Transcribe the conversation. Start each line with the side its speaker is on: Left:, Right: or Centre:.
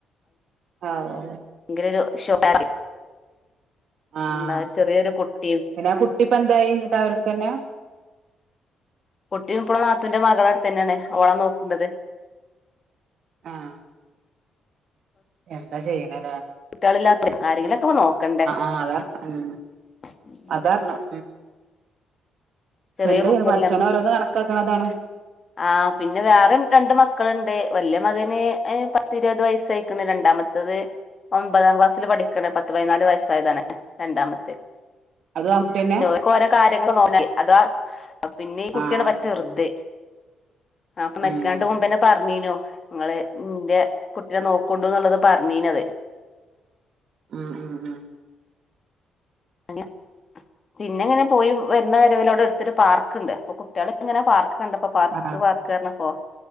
Right: ആവോ
Left: ഭയങ്കര ഒരു <inaudible>
Right: ആഹ്
Left: ന്ന് ഒരു ചെറിയൊരു കുട്ടിം
Right: പിന്നെ ആ കുട്ടി ഇപ്പ എന്തായി എന്നിട്ട് അവരുടെ തന്നെ
Left: കുട്ടിയും ഇപ്പളും നാത്തൂന്റെ മകളട്ത്തന്നേണ്. ഓള നോക്ക്‌ ണ്ടത്
Right: ആഹ് എന്താ ചെയ്യണലേ
Left: കുട്ട്യാളില്ലാത്ത ആരെങ്കിലൊക്കെ നോക്കണ്ടേ
Right: ആഹ് അതാ ഉം
Left: <inaudible>
Right: അതാരണം
Left: ചെറിയ
Right: എന്ത
Left: കുട്ടിയല്ലേ
Right: യ്യ പട്ച്ചോനോരോന്ന് കണക്കാക്ക്‌ണതാണ്
Left: ആഹ് പിന്നെ വേറിം രണ്ട് മക്കള്ണ്ട് വല്യ മകന് പത്തിരുപത് വയസ്സായിക്ക്‌ണ് രണ്ടാമത്തത് ഒമ്പതാം ക്‌ളാസ്സില് പഠിക്കണ്. പത്ത് പയ്നാല് വയസ്സായതണ്. രണ്ടാമത്തെ
Right: അതും ആൺകുട്ടിയന്നെ
Left: <unintelligible> കാര്യങ്ങൾ <unintelligible> അതാ പിന്നെ ഈ കുട്ടിയാന്ന്
Right: ആഹ്
Left: പറ്റചെർത് ആഹ് അപ്പ മരിക്കാണ്ട്
Right: ഉം
Left: കൊണ്ട് വന്ന മുമ്പന്നെ പറഞ്ഞീനോ നിങ്ങള് നിന്റെ കുട്ടിനെ നോക്കണ്ടു എന്നുള്ളത് പർഞ്ഞീനത്
Right: ഉം ഉം ഉം
Left: അല്ല പിന്നെ ഇങ്ങനെ പോയി വരുന്ന വരെ ലോര എടുത്ത് ഒരു പാർക്കണ്ട് അപ്പൊ കുട്ടികള് ഇങ്ങനെ പാർക്ക് കണ്ടപ്പോ പാർക്ക്
Right: ആഹ്
Left: പാർ കേന്ന പോ